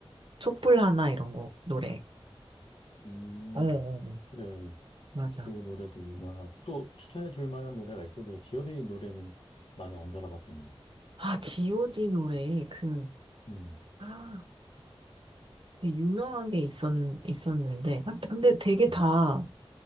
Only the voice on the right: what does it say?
촛불 하나 이런 거, 노래.
어, 어, 어,
맞아.
아, G.O.D 노래, 그,
아, 되게 유명한 게 있었, 있었는데. 아, 근데 되게 다,